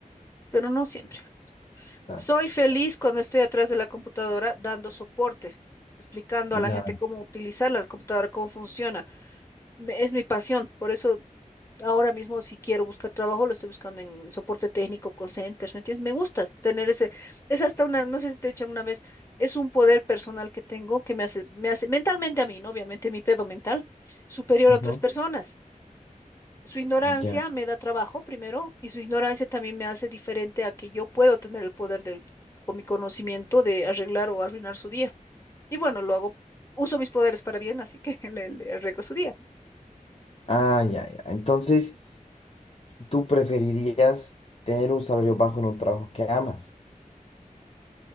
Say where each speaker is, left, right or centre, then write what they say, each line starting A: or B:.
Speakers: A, on the left; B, on the left.
A: pero no siempre.
B: Ya.
A: Soy feliz cuando estoy atrás de la computadora dando soporte, explicando
B: Ya.
A: a la gente cómo utilizar la computadora, cómo funciona. Me- Es mi pasión, por eso Ahora mismo, si quiero buscar trabajo, lo estoy buscando en soporte técnico, call centers, ¿me entiendes? Me gusta tener ese, es hasta una, no sé si te he dicho una vez, es un poder personal que tengo que me hace, me hace, mentalmente a mí, ¿no? Obviamente mi pedo mental, superior
B: ujú,
A: a otras personas. Su ignorancia
B: Ya.
A: me da trabajo primero y su ignorancia también me hace diferente a que yo puedo tener el poder del, con mi conocimiento de arreglar o arruinar su día. Y bueno, lo hago, uso mis poderes para bien, así que <laughs> le le arreglo su día.
B: Ah, ya, ya. Entonces, ¿tú preferirías tener un salario bajo en un trabajo que amas?